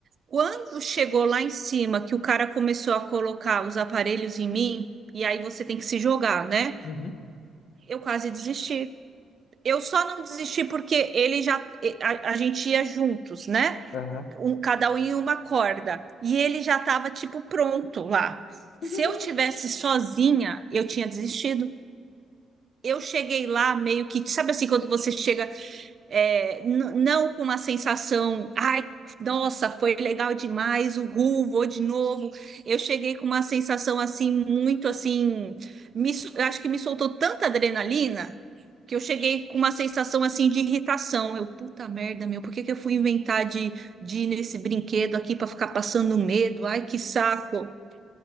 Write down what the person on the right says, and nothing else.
Quando chegou lá em cima, que o cara começou a colocar os aparelhos em mim, e aí você tem que se jogar, né?
Eu quase desisti. Eu só não desisti porque ele já a, a gente ia juntos, né?
Um, cada um em uma corda. E ele já estava tipo pronto lá. Se
eu tivesse sozinha, eu tinha desistido. Eu cheguei lá meio que, sabe assim, quando você chega é, n- não com uma sensação, ai, nossa, foi legal demais, uhul, vou de novo. Eu cheguei com uma sensação assim, muito assim, me su- eu acho que me soltou tanta adrenalina que eu cheguei com uma sensação assim de irritação. Eu, puta merda, meu, por que que eu fui inventar de, de ir nesse brinquedo aqui para ficar passando medo? Ai, que saco.